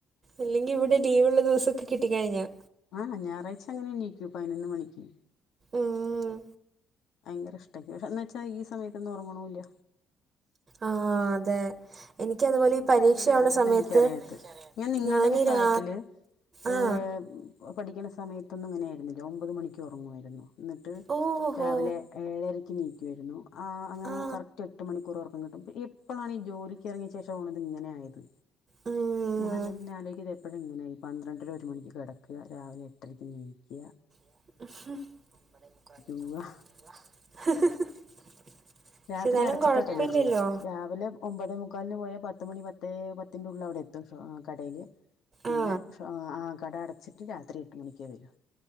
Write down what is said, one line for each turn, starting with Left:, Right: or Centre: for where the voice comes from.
Right: ഇല്ലെങ്കി ഇവിടെ ലീവുള്ള ദിവസൊക്ക കിട്ടിക്കഴിഞ്ഞാൽ
Left: ആഹ് ഞായറാഴ്ച അങ്ങനെ എണീക്കൂ പതിനൊന്ന് മണിക്ക്
Right: ഉം.
Left: ഭയങ്കര ഇഷ്ട ഇക്ക് എന്നെച്ച ഈ സമയൊത്തൊന്നും ഉറങ്ങ്ണൂല്ല
Right: ആഹ് അതെ എനിക്കതുപോലെ
Left: അങ്ങനെ
Right: ഈ പരീക്ഷയാവണ
Left: എങ്ങനെ ആയിന്നാ
Right: സമയത്ത്
Left: ഇൻക്കറിയാത്തത് ഞാൻ നിങ്ങളുടെയൊക്കെ
Right: ഞാനീ
Left: പ്രായത്തില്
Right: രാ
Left: ഏ
Right: ആ
Left: പഠിക്ക്ണ സമയത്തൊന്നും ഇങ്ങനെയായിരുന്നില്ല ഒമ്പത് മണിക്ക് ഉറങ്ങുവായിരുന്നു ന്നിട്ട്
Right: ഓ ഹോ
Left: രാവിലെ ഏഴരയ്ക്ക് എണീക്കുവായിരുന്നു ആ അങ്ങനെ
Right: ആ
Left: കറക്റ്റ് എട്ട് മണിക്കൂർ ഉറക്കം കിട്ടും ഇപ്പളാണീ ജോലിക്ക് ഇറങ്ങിയ ശേഷണ് ഇങ്ങനെയായത്
Right: ഉം
Left: ഞാൻ തന്നെ ആലോചിക്കും ഇതെപ്പഴാ ഇങ്ങനെയായി പന്ത്രണ്ടര ഒരു മണിക്ക് കിട ക്കാ, രാവിലെ എട്ടരയ്ക്ക് നീക്കാ
Right: <inaudible>
Left: പോവുക രാത്രി
Right: എന്നാലും
Left: അടച്ചിട്ടോട്ടെ
Right: കുഴപ്പില്ലല്ലോ
Left: വെരൊള്ളൂ രാവിലെ ഒമ്പതെമുക്കാലിന് പോയാൽ പത്തുമണി പത്തേ പത്തിന്റെ ഉള്ളിൽ അവിടെ എത്തും കടയില് പിന്നെ
Right: ആ
Left: ആഹ് കട അടച്ചിട്ട് രാത്രി എട്ട് മണിക്കേ വരൂ